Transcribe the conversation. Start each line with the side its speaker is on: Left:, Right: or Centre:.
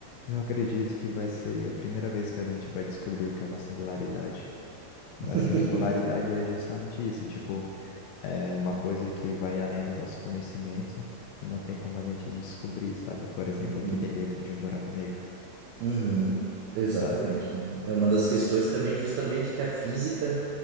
Left: eu acredito que vai ser a primeira vez que a gente vai descobrir o que é uma singularidade. E
Right: <laughs>
Left: uma singularidade é justamente isso, tipo, é uma coisa que vai além do nosso conhecimento e não tem como a gente descobrir, sabe? Por exemplo,
Right: Uhum,
Left: o que tem dentro de um buraco negro,
Right: uhum, exatamente.
Left: sabe?
Right: né? É uma das questões também, justamente, que a física